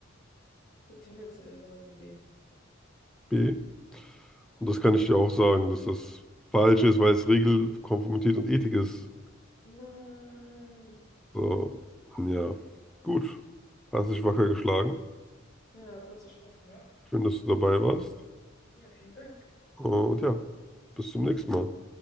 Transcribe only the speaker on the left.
Ich würde tendenziell sagen B.
Nein.
Ja, hat trotzdem Spaß gemacht.
Ja, vielen Dank.